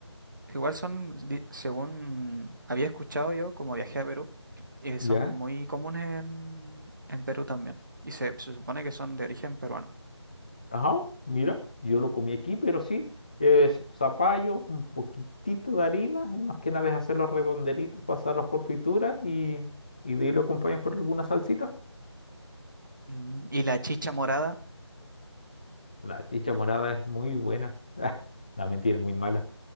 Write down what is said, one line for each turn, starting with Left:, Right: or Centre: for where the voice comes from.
Right: Igual son, di- según había escuchado yo, como viajé a Perú, y son
Left: ¿Ya?
Right: muy comunes en, en Perú también. Y se, se supone que son de origen peruano.
Left: Ajá, mira, yo lo comí aquí, pero sí, es zapallo, un poquitito de harina y más que nada es hacer los redondelitos, pasarlos por fritura y, y de ahí lo acompañas con alguna salsita.
Right: Mm, ¿Y la chicha morada?
Left: La chicha morada es muy buena. <laughs> No, mentira, es muy mala.